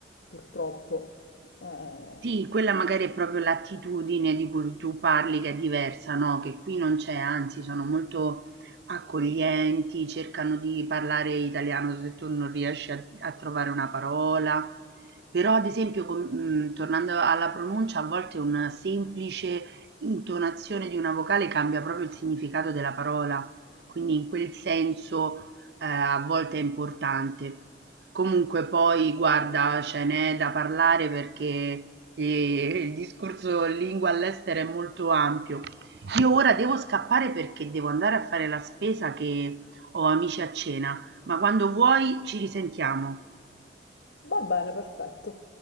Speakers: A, on the left; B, on the right.
A: purtroppo. Eh,
B: Sì, quella magari è proprio l'attitudine di cui tu parli che è diversa, no? Che qui non c'è, anzi, sono molto accoglienti, cercano di parlare italiano se tu non riesci a, a trovare una parola. Però, ad esempio, com- mh, tornando alla pronuncia, a volte una semplice intonazione di una vocale cambia proprio il significato della parola, quindi in quel senso, eh, a volte è importante. Comunque poi, guarda, ce n'è da parlare perché e il discorso lingua all'estero è molto ampio. Io ora devo scappare perché devo andare a fare la spesa che ho amici a cena, ma quando vuoi ci risentiamo.
A: va bene, perfetto.